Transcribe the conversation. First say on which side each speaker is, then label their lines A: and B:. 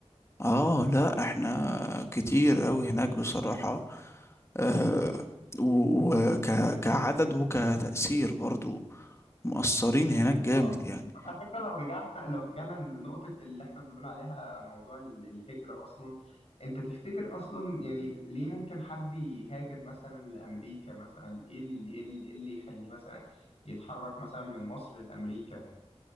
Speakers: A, on the left; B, on the left.
A: اه لا احنا كتير قوي هناك بصراحه آه وكعدد وكتأثير برضو مقصرين هناك جامد
B: اه
A: يعني
B: على فكره لو رجعنا لو رجعنا لنقطه اللي احنا بنقول عليها موضوع ال- الهجره اصلا انت تفتكر اصلا يعني ليه ممكن حد يهاجر مثلا لامريكا مثلا ايه اللي ايه اللي إيه اللي يخليه مثلا يتحرك مثلا من مصر لامريكا